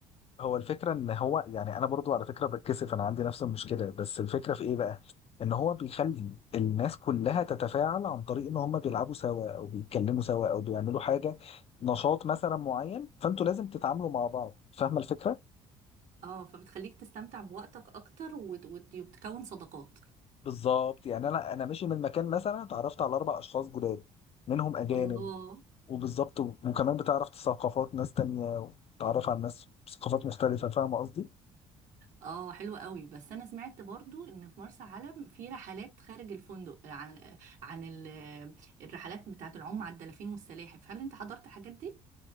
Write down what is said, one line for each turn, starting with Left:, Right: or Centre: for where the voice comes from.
Left: هو الفكرة ان هو يعني انا برضو على فكرة بتكسف انا عندي نفس المشكلة بس الفكرة في ايه بقى ان هو بيخلي الناس كلها تتفاعل عن طريق ان هم بيلعبوا سوا او بيتكلموا سوا او بيعملوا حاجة نشاط مثلا معين فانتوا لازم تتعاملوا مع بعض فاهمة الفكرة
Right: اه فبتخليك تستمتع بوقتك اكتر وت- وت- وتكون صداقات
Left: بالظبط يعني انا انا ماشي من مكان مثلا اتعرفت على اربع اشخاص جداد منهم اجانب
Right: الله
Left: وبالظبط وكمان بتعرف ثقافات ناس تانية وتعرف على ناس ثقافات مختلفة فاهمة قصدي
Right: اه حلو قوي بس انا سمعت برضو ان في مرسى علم في رحلات خارج الفندق عن عن ال- الرحلات بتاعه العوم على الدلافين والسلاحف هل انت حضرت الحاجات دي